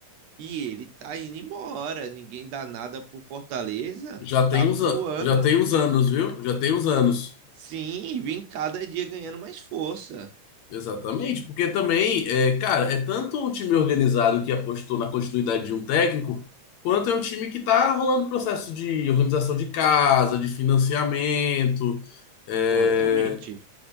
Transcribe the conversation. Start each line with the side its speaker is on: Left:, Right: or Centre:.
Right: e ele tá indo embora. Ninguém dá nada pro Fortaleza,
Left: Já tem
Right: tá
Left: uns,
Right: voando.
Left: an- já tem uns anos, viu? Já tem uns anos.
Right: Sim, e vem cada dia ganhando mais força.
Left: Exatamente, porque também, é, cara, é tanto um time organizado que apostou na continuidade de um técnico, quanto é um time que tá rolando processo de organização de casa, de financiamento. é,
Right: Totalmente.